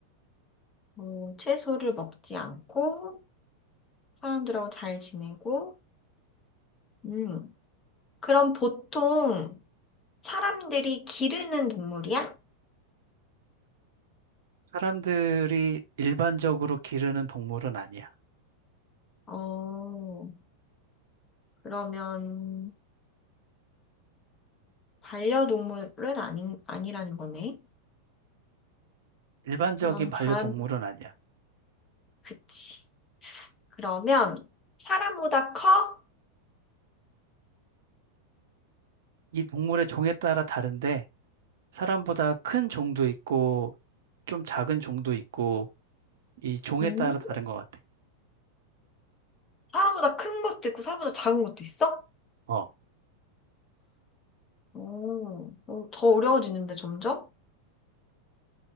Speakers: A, on the left; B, on the right.
A: 오, 채소를 먹지 않고 사람들하고 잘 지내고, 음. 그럼 보통 사람들이 기르는 동물이야?
B: 사람들이 일반적으로 기르는 동물은 아니야.
A: 어, 그러면 반려동물은 아니, 아니라는 거네.
B: 일반적인
A: 그럼
B: 반려동물은
A: 다음,
B: 아니야.
A: 그치. 그러면 사람보다 커?
B: 이 동물의 종에 따라 다른데 사람보다 큰 종도 있고 좀 작은 종도 있고 이 종에
A: 음?
B: 따라 다른 것 같아.
A: 사람보다 큰 것도 있고 사람보다 작은 것도 있어?
B: 어,
A: 오, 어, 더 어려워지는데 점점?